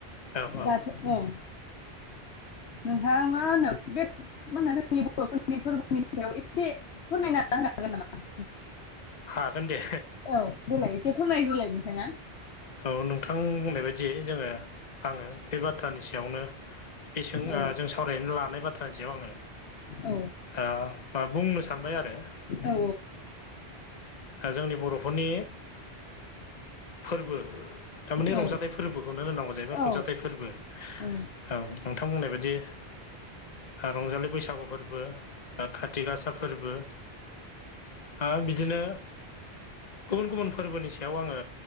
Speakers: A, on the left; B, on the left.
A: औ औ
B: दाथ' उम नोंथाङा मा होनो बे। मा होनो जोंनि बर'फोरनि फोरबोनि सायाव एसे फोरमायना होनो हागोन नामा।
A: हागोन दे।
B: औ देलाय एसे फोरमायग्रोलाय नोंथाङा।
A: औ नोंथां बुंनाय बायदियै जोङो आङो बे बाथ्रानि सायावनो। बेसों
B: औ
A: जों सावरायनानै लानाय बाथ्रानि जायाव आङो।
B: औ
A: ओ मा बुंनो सानबाय आरो
B: औ
A: ओ जोंनि बर'फोरनि फोरबो थारमाने
B: औ
A: रंजाथाइ फोर फोरबोखौनो होनांगौ जाहैबाय
B: औ
A: रंजाथाइ फोरबो
B: औ
A: औ नोंथां बुंनाय बायदि रंजालि बैसागु फोरबो ओ खाथि ओ गासा फोरबो ओ बिदिनो गुबुन गुबुन फोरबोनि सायाव आङो